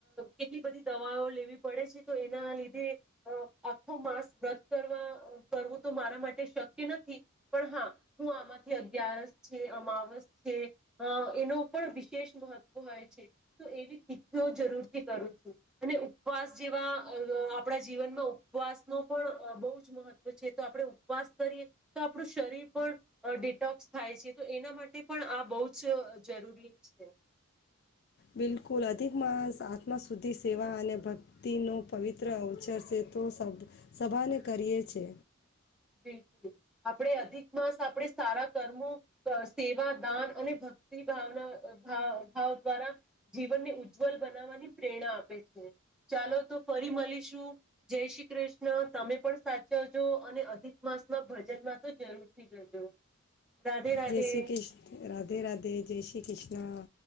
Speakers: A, in the centre; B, on the left.
A: કેટલી બધી દવાઓ લેવી પડે છે તો એના લીધે આખો માંસ રદ કરવા કરવું તો મારા માટે શક્ય નથી પણ હા હું આમાંથી અગિયારસ છે અમાવસ છે એનો પણ વિશેષ મહત્વ હોય છે તો એવી તીખીઓ જરૂરથી કરું છું અને ઉપવાસ જેવા આપણા જીવનમાં ઉપવાસનો પણ બહુ જ મહત્વ છે તો આપણે ઉપવાસ કરીએ તો આપણું શરીર પણ ડિટોક્સ થાય છે તો એના માટે પણ આ બહુ જ જરૂરી છે
B: બિલકુલ અધિક માણસ આત્માશુદ્ધિ સેવા અને ભક્તિનો પવિત્ર અવસર છે તો સભાને કરીએ છે
A: બિલકુલ આપણે અધિક માસ આપણે સારા કર્મો સેવા દાન અને ભક્તિ ભાવના ભાવ દ્વારા જીવનને ઉજ્જવલ બનાવવાની પ્રેરણા આપે છે ચાલો તો ફરી મળીશું જય શ્રી કૃષ્ણ તમે પણ સાચવજો અને અધિક માસના ભજન માં તો જરૂરથી જજો રાધે રાધે
B: જય શ્રી કૃષ્ણ રાધે રાધે જય શ્રી કૃષ્ણ